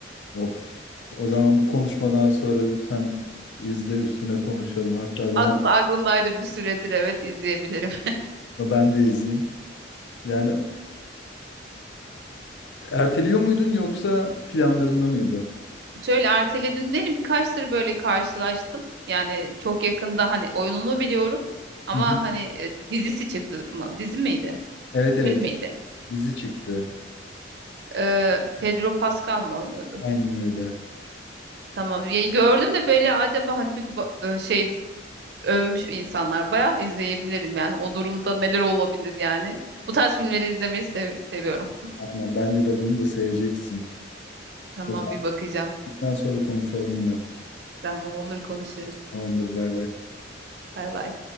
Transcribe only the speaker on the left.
Of. O zaman bu konuşmadan sonra lütfen izle üstüne konuşalım. Hatta ben
de
ben de izleyeyim. Yani erteliyor muydun yoksa planlarında mıydı?
Hı hı.
Evet evet
dizi çıktı.
Aynen öyle.
Aynen bence de bunu da seveceksin.
O zaman
bundan sonra konuşalım yine.
Tamamdır bay bay.